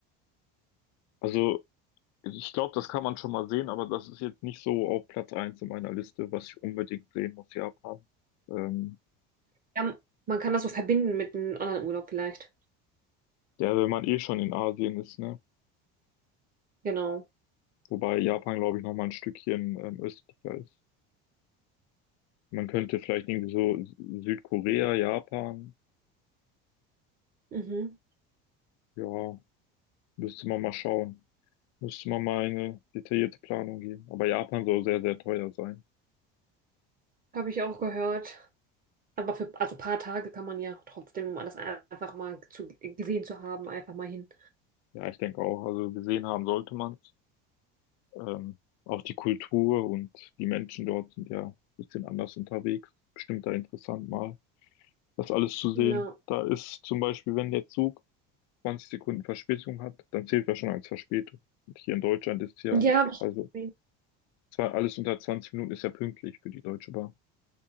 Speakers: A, on the left; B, on the right.
A: also Ich glaube, das kann man schon mal sehen, aber das ist jetzt nicht so auf Platz eins in meiner Liste, was ich unbedingt sehen muss, Japan. Ähm,
B: Ja, man kann das so verbinden mit einem anderen Urlaub vielleicht.
A: ja, wenn man eh schon in Asien ist, ne?
B: Genau.
A: Wobei Japan, glaube ich, noch mal ein Stückchen ähm, östlicher ist. Man könnte vielleicht irgendwie so Sü- Südkorea, Japan,
B: Mhm.
A: ja, müsste man mal schauen. Müsste man mal eine detaillierte Planung geben. Aber Japan soll sehr, sehr teuer sein.
B: Habe ich auch gehört. Aber für also ein paar Tage kann man ja trotzdem, um alles ein- einfach mal zu, gesehen zu haben, einfach mal hin.
A: Ja, ich denke auch. Also gesehen haben sollte man Ähm, auch die Kultur und die Menschen dort sind ja ein bisschen anders unterwegs. Bestimmt da interessant mal, das alles zu
B: Ja.
A: sehen. Da ist zum Beispiel, wenn der Zug 20 Sekunden Verspätung hat, dann zählt er schon als Verspätung. Und hier in Deutschland ist ja,
B: Ja, hab ich
A: also
B: gesehen.
A: zwar alles unter 20 Minuten ist ja pünktlich für die Deutsche Bahn.